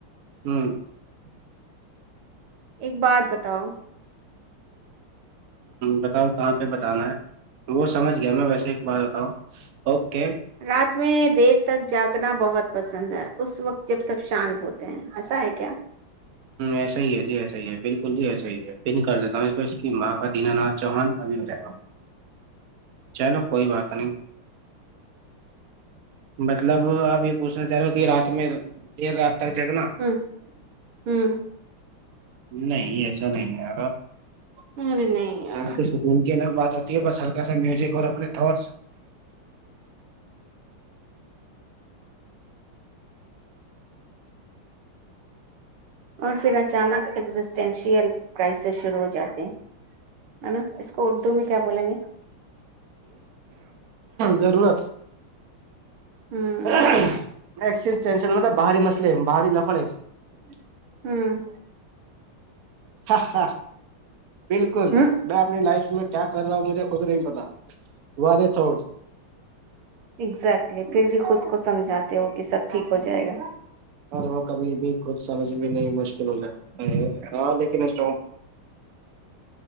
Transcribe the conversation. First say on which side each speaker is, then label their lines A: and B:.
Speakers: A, on the right; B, on the right.
A: <unintelligible>
B: ایک بات بتاؤ
A: بتاؤ کہاں پہ بتانا ہے وہ سمجھ گیا میں بار بتاؤ اوکے
B: رات میں دیر تک جاگنا پسند ہے اس وقت جب سب شانت ہوتے ہیں ایسا ہے کیا
A: ایسا ہی ہے جی ایسا ہی ہے بالکل نہیں ایسا ہی ہے پن کر دیتا ہوں اس کو اس کی ماں کا دینا چوہان بھی ہو جائے گا چلو کوئی بات نہیں مطلب اپ <unintelligible> پوچھنا چاہ رہے ہو کہ رات میں دیر رات تک جگنا
B: ہ ہ
A: نہیں ایسا نہیں ہے اور
B: ارے نہیں یار،
A: اج کا سکون کے الگ بات ہوتی ہے بس ہلکا سا میوزک اور اپنے تھور
B: اور پھر اچانک ایگزسٹنشل پرائس <unintelligible> ہو جاتے ہیں <unintelligible> اس کو اردو میں کیا بولیں گے
A: ضرورت <inaudible> <inaudible>
B: ہ
A: <unintelligible>
B: <unintelligible>
A: <unintelligible> <unintelligible> کیا
B: ہ ہ
A: کر رہا ہو مجھے خود نہیں پتا والے تھا
B: ایگزیکٹلی پھر بھی خود کو سمجھاتے ہو کہ سب ٹھیک ہو جائے گا
A: اور وہ کبھی بھی خود سمجھ بھی نہیں مشکل ہو جاتا ہے ہاں لیکن اس